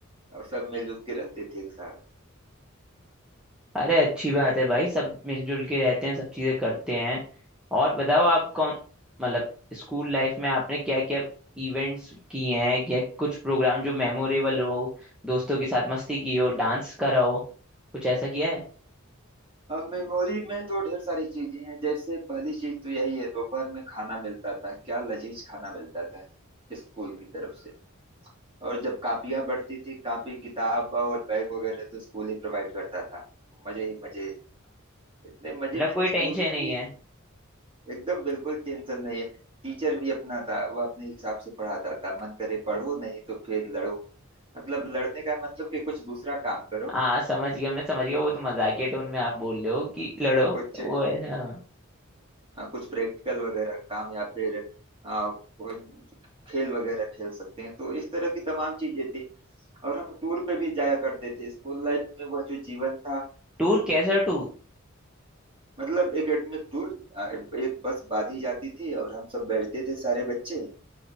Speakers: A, on the right; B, in the centre.
A: और सब मिलजुल के रहते थे एक साथ
B: अरे अच्छी बात है भाई सब मिलजुल के रहते हैं सब चीजें करते हैं और बताओ आप कौन मतलब स्कूल लाइफ में आपने क्या क्या इवेंट्स किए हैं या कुछ प्रोग्राम जो मेमोरेबल हो दोस्तों के साथ मस्ती की हो डांस करा हो कुछ ऐसा किया है
A: अब मेमोरी में तो ढेर सारी चीजें हैं जैसे पहली चीज तो यही है दोपहर में खाना मिलता था क्या लजीज खाना मिलता था स्कूल की तरफ से और जब कापियां बढ़ती थी कापी किताब और बैग वगैरह तो स्कूल ही प्रोवाइड करता था मजे ही मजे इतने मजे
B: मतलब
A: मैंने
B: कोई
A: स्कूल
B: टेंशन
A: में
B: नहीं
A: किए
B: है
A: एकदम बिल्कुल टेंशन नहीं है टीचर भी अपना था वह अपने हिसाब से पढ़ाता था मन करे पढ़ो नहीं तो फिर लड़ो मतलब लड़ने का मतलब कि कुछ दूसरा काम करो
B: हाँ समझ गया मैं समझ गया वो तो मजाकिया टोन में आप बोल रहे हो कि लड़ो
A: कुछ
B: वो ऐसा हाँ।
A: अ, कुछ प्रैक्टिकल वगैरह काम या फिर अ, कोई खेल वगैरह खेल सकते हैं तो इस तरह की तमाम चीजें थी और हम टूर पे भी जाया करते थे स्कूल लाइफ में वह जो जीवन था
B: टूर कैसा टूर
A: मतलब एकेडमिक टूर आ, एक बस बांधी जाती थी और हम सब बैठते थे सारे बच्चे